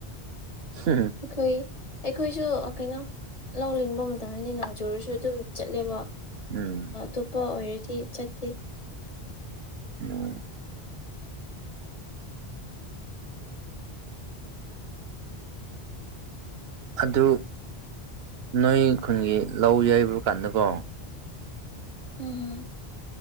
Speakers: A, on the right; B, on the left.
A: ꯍꯝ
B: ꯈꯣꯏ ꯑꯩꯈꯣꯏꯖꯨ ꯑꯥ ꯀꯩꯅꯣ ꯂꯧ ꯂꯤꯡꯕ ꯃꯇꯝꯗꯗꯤ ꯅꯣꯡ ꯆꯨꯔꯁꯨ ꯑꯗꯨꯝ ꯆꯠꯂꯦꯕ
A: ꯎꯝ
B: ꯇꯣꯞꯄ ꯑꯣꯏꯔꯗꯤ ꯆꯠꯇꯦ
A: ꯃꯣ ꯑꯗꯨ ꯅꯣꯏ ꯈꯨꯟꯒꯤ ꯂꯧ ꯌꯩꯕ ꯀꯥꯟꯗꯀꯣ
B: ꯎꯝꯍꯝ